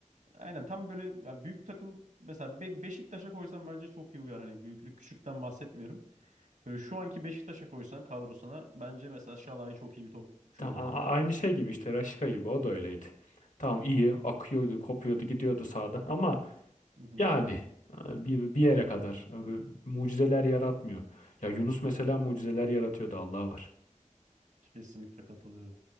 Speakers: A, on the right; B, on the left.
A: aynen tam böyle ya büyük takım mesela Be- Beşiktaş'a koysan bence çok iyi uyar. Hani büyüklük küçükten bahsetmiyorum. Böyle şu anki Beşiktaş'a koysan kadrosuna bence mesela Şalay çok iyi bir topçu
B: Ta-
A: olur
B: a-
A: orada.
B: a- aynı şey gibi işte Raşka gibi o da öyleydi. Tamam iyi akıyordu, kopuyordu, gidiyordu sağdan ama
A: Hı hı,
B: yani e, bir, bir yere kadar e, mucizeler yaratmıyor. Ya Yunus mesela mucizeler yaratıyordu Allah'a var.
A: kesinlikle katılıyorum.